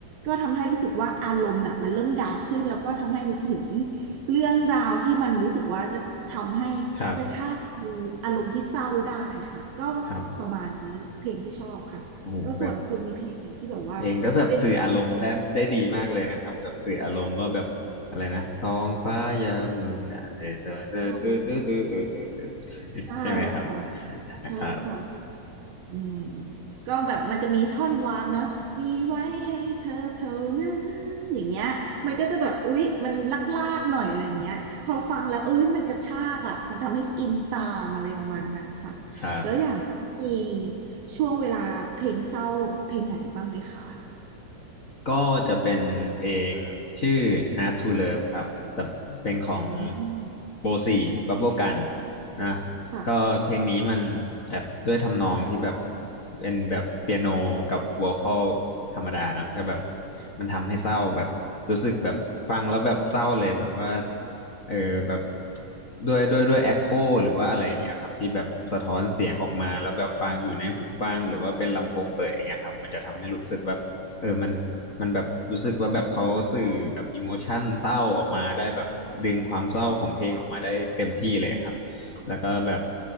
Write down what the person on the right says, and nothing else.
ก็ทำให้รู้สึกว่าอารมณ์น่ะมันเริ่มดาร์กขึ้นแล้วก็ทำให้นึกถึงเรื่องราวที่มันรู้สึกว่าจะทำให้กระชากคืออารมณ์ที่เศร้าได้ค่ะก็
ประมาณนี้เพลงที่ชอบค่ะแล้วส่วนคุณมีเพลงไหนที่แบบว่าเป็น
ชอบใช่
ค่ะใช่ค่ะ
อืมก็แบบมันจะมีท่อนวากเนาะมีไว้ให้เธอเท่านั้นอย่างเงี้ยมันก็จะแบบอุ๊ยมันลากๆหน่อยอะไรอย่างเงี้ยพอฟังแล้วเอ้ยมันกระชากอ่ะมันทำให้อินตามอะไรประมาณนั้นค่ะ
แล้วอย่างคุณเองช่วงเวลาเพลงเศร้าเพลงไหนบ้างไหมคะ
อืม
ค่ะ